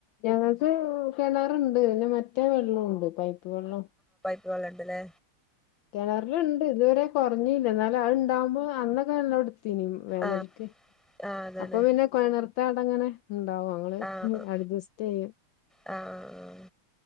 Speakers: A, on the left; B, in the centre.
A: ഞങ്ങക്കു കെണറ് ണ്ട് പിന്നേ മറ്റേ വെള്ളോം ണ്ട് പൈ പ്പ് വെള്ളം
B: പ്പ് വെള്ളണ്ട്ലെ
A: കെണർലിണ്ട് ഇത് വരേ കൊറഞീല എന്നാലും അത്ണ്ടാവുമ്പോ അന്നൊക്കെ എല്ലോട് ത്തിനും വേനൽക്ക്
B: ആഹ് ആഹ് അതാണ്
A: അപ്പൊ പിന്നേ കെണർ ത്താടങ്ങനെ ണ്ടാവോ അങ്ങള്
B: ആഹ്
A: അഡ്ജസ്റ്റെയ്യും
B: ആഹ്